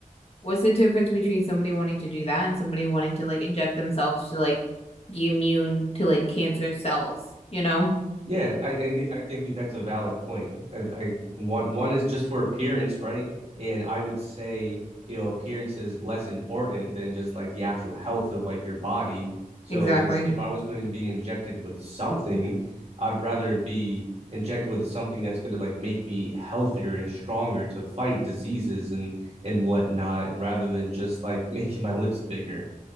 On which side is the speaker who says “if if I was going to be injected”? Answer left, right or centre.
Right